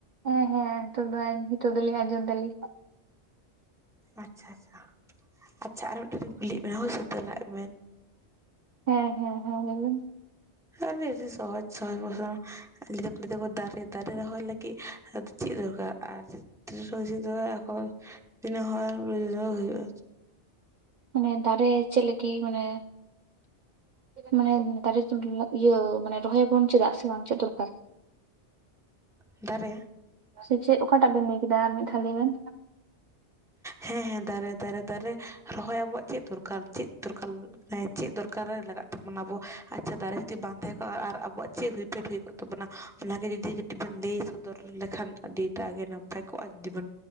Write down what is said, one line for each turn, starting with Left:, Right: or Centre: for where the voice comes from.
Right: ᱦᱮᱸ ᱦᱮᱸ ᱱᱤᱛᱚᱜ ᱫᱚ ᱱᱤᱛᱚᱜ ᱫᱚ ᱞᱤᱧ ᱟᱸᱡᱚᱢ ᱫᱟᱞᱤᱧ ᱾
Centre: ᱟᱪᱪᱷᱟ ᱟᱪᱷᱟ ᱾ ᱟᱪᱪᱷᱟ ᱟᱨ ᱢᱤᱫᱴᱮᱱ ᱞᱤᱧ ᱠᱩᱞᱤᱭᱮᱫ ᱵᱮᱱᱟ ᱦᱳᱭ ᱥᱮ ᱛᱮᱞᱟ ᱮᱢ ᱵᱮᱱ ᱾
Right: ᱦᱮᱸ ᱦᱮᱸ ᱦᱮᱸ ᱞᱟᱹᱭ ᱵᱮᱱ ᱾
Centre: ᱟᱹᱰᱤ ᱟᱹᱰᱤ ᱥᱚᱦᱚᱡᱽ ᱥᱚᱦᱚᱡᱽ ᱯᱚᱥᱱᱚ <unintelligible> ᱫᱟᱠᱚ ᱫᱟᱨᱮ ᱫᱟᱨᱮ ᱨᱟᱦᱚᱭ ᱞᱟᱹᱜᱤᱫ ᱟᱫᱚ ᱪᱮᱫ ᱫᱚᱨᱠᱟᱨ ᱟᱨ ᱪᱮᱫ <unintelligible> ᱫᱚ ᱮᱠᱷᱚᱱ ᱤᱱᱟᱹ ᱦᱚᱸ ᱢᱤᱞᱟᱹᱣ ᱦᱩᱭᱩᱜᱼᱟ ᱾
Right: ᱢᱟᱱᱮ ᱫᱟᱨᱮ ᱪᱮᱫ ᱞᱟᱹᱜᱤᱫ ᱢᱟᱱᱮ ᱢᱟᱱᱮ ᱫᱟᱨᱮ <unintelligible> ᱤᱭᱟᱹ ᱢᱟᱱᱮ ᱨᱚᱦᱚᱭ ᱟᱵᱚᱱ ᱪᱮᱫᱟᱜ ᱥᱮ ᱵᱟᱝ ᱪᱮᱫ ᱫᱚᱨᱠᱟᱨ?
Centre: ᱫᱟᱨᱮ
Right: ᱥᱮ ᱪᱮᱫ ᱚᱠᱟᱴᱟᱜ ᱵᱮᱱ ᱞᱟᱹᱭ ᱠᱮᱫᱟ ᱟᱨ ᱢᱤᱫ ᱫᱷᱟᱹᱣ ᱞᱟᱹᱭ ᱵᱮᱱ?
Centre: ᱦᱮᱸ ᱦᱮᱸ ᱫᱟᱨᱮ ᱫᱟᱨᱮ ᱫᱟᱨᱮ ᱨᱚᱦᱚᱭ ᱟᱵᱚᱣᱟᱜ ᱪᱮᱫ ᱫᱚᱨᱠᱟᱨ ᱪᱮᱫ ᱫᱚᱨᱠᱟᱨ ᱦᱮᱸ? ᱪᱮᱫ ᱫᱚᱨᱠᱟᱨ ᱨᱮ ᱞᱟᱜᱟᱜ ᱛᱟᱵᱚᱱᱟ ᱟᱵᱚ ᱟᱪᱪᱷᱟ ᱫᱟᱨᱮ ᱡᱩᱫᱤ ᱵᱟᱝ ᱛᱟᱦᱮᱸ ᱠᱚᱜᱼᱟ ᱟᱨ ᱟᱵᱚᱣᱟᱜ ᱪᱮᱫ <unintelligible> ᱦᱩᱭ ᱠᱚᱜ ᱛᱟᱵᱚᱱᱟ ᱚᱱᱟᱜᱮ ᱡᱩᱫᱤ ᱠᱟᱹᱴᱤᱡ ᱵᱚᱱ ᱞᱟᱹᱭ ᱥᱚᱫᱚᱨ ᱞᱮᱠᱷᱟᱱ ᱟᱹᱰᱤ ᱴᱟᱜ ᱜᱮ ᱱᱟᱯᱟᱭ ᱠᱚᱜᱼᱟ ᱡᱩᱫᱤ ᱵᱮᱱ